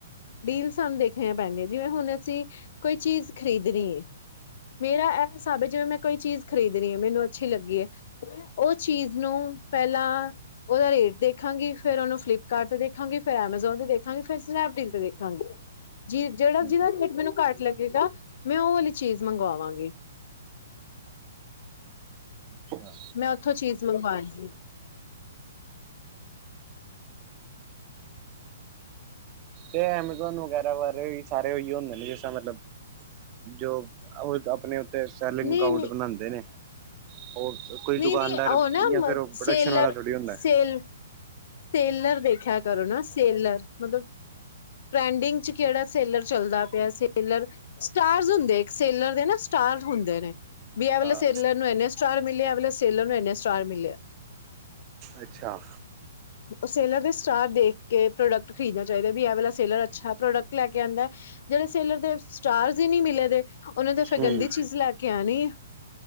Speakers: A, on the left; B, on the right.
A: ਡੀਲਸ ਸਾਨੂੰ ਦੇਖਣੀਆਂ ਪੈਂਦੀਆਂ ਜਿਵੇਂ ਹੁਣ ਅਸੀਂ ਕੋਈ ਚੀਜ਼ ਖ੍ਰਰੀਦਣੀ ਐ। ਮੇਰਾ ਇਹ ਹਿਸਾਬ ਐ ਜਿਵੇਂ ਮੈਂ ਕੋਈ ਚੀਜ਼ ਖਰੀਦਣੀ ਏ ਐ ਮੈਨੂੰ ਅੱਛੀ ਲੱਗੀ ਐ, ਮੈਂ ਉਹ ਚੀਜ਼ ਨੂੰ ਪਹਿਲਾਂ ਓਹਦਾ ਰੇਟ ਦੇਖਾਂਗੀ ਫਿਰ ਉਹਨੂੰ ਫਲਿਪਕਾਰਟ ਤੇ ਦੇਖਾਂਗ, ਫਿਰ ਐਮਾਜ਼ੋਨ ਤੇ ਦੇਖਾਂਗੀ, ਫਿਰ ਸਨੈਪਡੀਲ ਤੇ ਦੇਖਾਂਗੀ। ਜੀ ਜਿਹੜਾ
B: ਹੂੰ
A: ਜਿਹਦਾ ਰੇਟ ਮੈਨੂੰ ਘੱਟ ਲੱਗੇਗਾ ਮੈਂ ਉਹ ਵਾਲੀ ਚੀਜ਼ ਮੰਗਵਾਵਾਂਗੀ
B: ਅੱਛਾ
A: ਮੈਂ ਉੱਥੋਂ ਚੀਜ਼ ਮੰਗਵਾਹੀ <unintelligible>
B: ਤੇ ਐਮਾਜ਼ੋਨ ਵਗੈਰਾ ਬਾਰੇ ਵੀ ਸਾਰੇ ਉਹੀ ਹੁੰਦੇ ਨੇ, ਜਿਸ ਤਰ ਮਤਲਬ ਜੋ ਉਹ ਆਪਣੇ ਤੇ ਸੈਲਿੰਗ
A: ਨਹੀਂ
B: ਅਕਾਊਂਟ
A: ਨਹੀਂ
B: ਬਣਾਂਦੇ ਨੇ ਉਹ ਕੋਈ
A: ਨਹੀਂ
B: ਦੁਕਾਨਦਾਰ
A: ਨਹੀਂ ਉਹ ਨਾ
B: ਜਾਂ ਫਿਰ ਪ੍ਰੋਡਕਸ਼ਨ
A: ਸੇਲਰ
B: ਵਾਲਾ ਥੋੜੀ ਹੁੰਦਾ
A: ਸੇਲ ਸੇਲਰ ਦੇਖਿਆ ਕਰੋ ਨਾ ਸੇਲਰ ਮਤਲਬ ਟ੍ਰੈਂਡਿੰਗ ਚ ਕਿਹੜਾ ਸੇਲਰ ਚੱਲਦਾ ਪਿਆ ਸੇਲਰ ਸਟਾਰ ਹੁੰਦੇ, ਸੇਲਰ ਦੇ ਨਾ ਸਟਾਰ ਹੁੰਦੇ ਨੇ ਵੀ ਇਹ ਵਾਲੇ
B: ਹਾਂ
A: ਸੇਲਰ ਨੂੰ ਇੰਨੇ ਸਟਾਰ ਮਿਲੇਂ ਇਹ ਵਾਲੇ ਸੇਲਰ ਨੂੰ ਇੰਨੇ ਸਟਾਰ ਮਿਲੇ ਆ
B: ਅੱਛਾ
A: ਉਹ ਸੇਲਰ ਦੇ ਸਟਾਰ ਦੇਖ ਕੇ ਪ੍ਰੋਡਕਟ ਖਰੀਦਣਾ ਚਾਈਦਾ ਬੀ ਇਹ ਵਾਲਾ ਸੇਲਰ ਅੱਛਾ ਪ੍ਰੋਡਕਟ ਲੈ ਕੇ ਆਉਂਦਾ ਜਿਹੜੇ ਸੇਲਰ ਦੇ ਸਟਾਰਸ ਹੀ ਨੀਂ ਮਿਲੇ ਦੇ ਉਹਨਾਂ ਤੇ ਫਿਰ
B: ਹੂੰ
A: ਗੰਦੀ ਚੀਜ਼ ਲੈ ਕੇ ਆਣੀ ਐ।